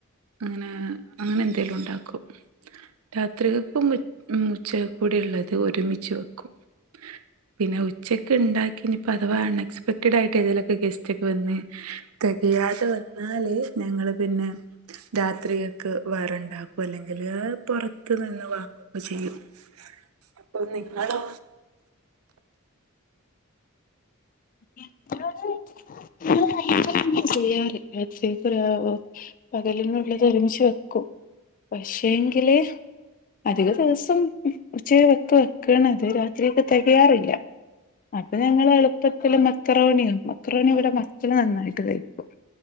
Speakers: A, on the right; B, on the left.
A: അങ്ങനെ അങ്ങനെ എന്തെലും ഉണ്ടാക്കും രാത്രികക്ക് ഉമ്മച്ചി കൂടി ഉള്ളത് ഒരുമിച്ച് വെക്കും പിന്നെ ഉച്ചക് ഉണ്ടാക്കി ഇനിപ്പോ അഥവാ അൺഎക്സ്പെക്ടഡ ആയിട്ട് ഏതേലും ഗെസ്റ്റ് ഒക്കെ വന്ന് തെകയാതെ വന്നാല് ഞങ്ങള് പിന്നെ രാത്രികക്ക് വേറെണ്ടാക്കും അല്ലെങ്കില് പുറത്ത് ത്ത് നിന്ന് വാങ്ങക്കെ ചെയ്യും അപ്പൊ നിങ്ങളോ
B: <unintelligible> ചെയ്യാറ് രാത്രികക്കും രാ പകലിനുള്ളത് ഒരുമിച്ച് വെക്കും പക്ഷേങ്കില് അധിക ദിവസം ഉച്ച വെക്ക വെക്കണത് രാത്രികക് തെകയാറില്ല അപ്പൊ ഞങ്ങള് എളുപ്പത്തില് മക്റോണിയോ മക്റോണി ഇവിടെ മക്കള് നന്നായിട്ട് കയ്ക്കും